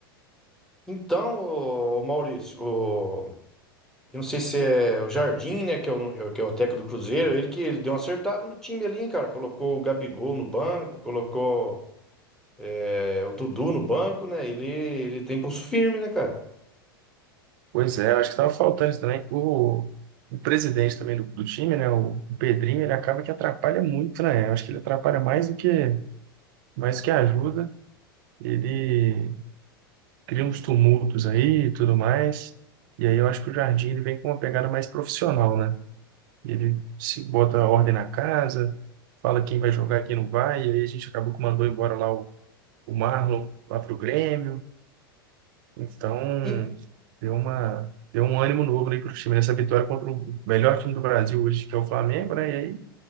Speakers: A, in the centre; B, on the right.
A: Então, ô, Maurício, ô, eu não sei se é o Jardim, né, que é o, é o- que é o técnico do Cruzeiro, ele que ele deu uma acertada no time ali, hein, cara. Colocou o Gabigol no banco, colocou é, o Dudu no banco, né? Ele, ele tem pulso firme, né, cara?
B: Pois é, acho que estava faltando isso também. O, o presidente também do, do time, né? O, o Pedrinho, ele acaba que atrapalha muito, né? Eu acho que ele atrapalha mais do que, mais do que ajuda. Ele cria uns tumultos aí e tudo mais. E aí eu acho que o jardim ele vem com uma pegada mais profissional, né? Ele se bota a ordem na casa, fala quem vai jogar, quem não vai, e aí a gente acabou que mandou embora lá o, o Marlon lá pro Grêmio. Então,
A: Em-
B: deu uma deu um ânimo novo aí pro time nessa vitória contra o melhor time do Brasil hoje, que é o Flamengo, né? E aí